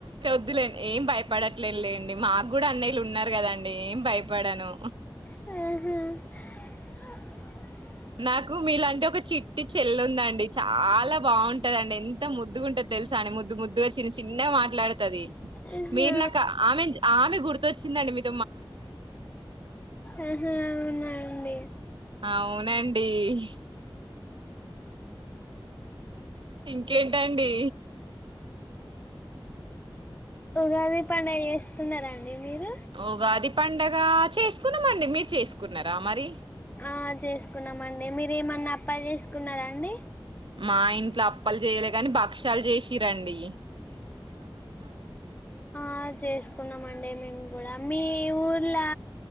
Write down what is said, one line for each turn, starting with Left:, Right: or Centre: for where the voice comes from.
Right: ద్దులేండి ఏం భయపడట్లేదు లేండి మాకు గూడా అన్నయ్యలు ఉన్నారు కదండి ఏం భయపడను
Left: మ్ హా
Right: నాకు మీలాంటి ఒక చిట్టి చెెల్లి ఉందండి చాలా బాగుంటదండి ఎంత ముద్దుగా ఉంటది తెలుసానే ముద్దు ముద్దుగా చిన్న చిన్నగా మాట్లాడు ది
Left: అవును
Right: మీరు నాక ఆమె ఆమె గుర్తు చ్చిందిదండి మీకు
Left: ఆ హా అవునా అండి
Right: అవునండి డి.. ఇంకేంటండి
Left: ఉగాది పండుగ చూసుకున్నార అండి మీరు
Right: ఉగాది పండగ చేసుకున్నామండి మీరు చేసుకున్నారా మరి
Left: ఆ చేసుకున్నామండి మీరు ఏమన్నా అప్పాలు చేసుకున్నారా అండి
Right: మా ఇంట్లో అప్పాలు లు చేయలేగాని భక్ష్యాలు చేశిర్రండి
Left: ఆ చేసుకున్నాం అండి మేము ఓడమ్మి ఈ ఊర్లా